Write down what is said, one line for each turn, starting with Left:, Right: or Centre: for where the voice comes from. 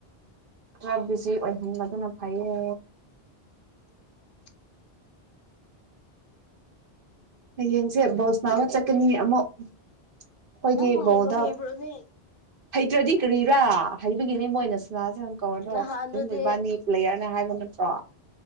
Right: ꯈꯔ ꯕꯤꯖꯤ ꯑꯣꯏꯍꯟꯕꯗꯨꯅ ꯐꯩꯌꯦ
Left: <unintelligible>
Right: ꯍꯌꯦꯡꯁꯦ ꯕꯣꯁꯅꯥ ꯑꯃ ꯆꯠꯀꯅꯤ ꯑꯃꯨꯛ ꯑꯩꯈꯣꯏꯗꯤ
Left: ꯅꯪꯕꯨ
Right: ꯕꯣꯗ
Left: ꯍꯩꯕꯨ ꯍꯩꯕ꯭ꯔꯣꯅꯦ
Right: ꯍꯩꯇ꯭ꯔꯗꯤ ꯀꯔꯥ ꯍꯩꯕꯒꯤꯅꯦ ꯃꯣꯏꯅ ꯁꯨꯅꯥꯁ ꯀꯧꯔꯅꯣ
Left: ꯅꯍꯥꯟꯗꯨꯗꯤ
Right: ꯏꯕꯥꯅꯤ ꯄ꯭ꯂꯦꯌꯔꯅ ꯍꯥꯏꯕ ꯅꯠꯇ꯭ꯔꯣ